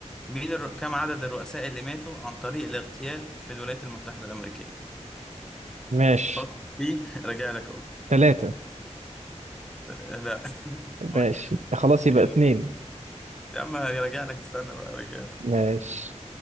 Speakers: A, in the centre; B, on the right.
A: مين الر... كم عدد الرؤساء اللي ماتوا عن طريق الاغتيال في الولايات المتحده الامريكيه
B: ماشي
A: فكر فيه <laughs> راجع لك اهو
B: ثلاثة
A: لا <laughs>
B: ماشي
A: فكر
B: خلاص يبقى
A: يلا
B: اتنين
A: يا عم راجع لك استنى بقى راجع
B: ماشي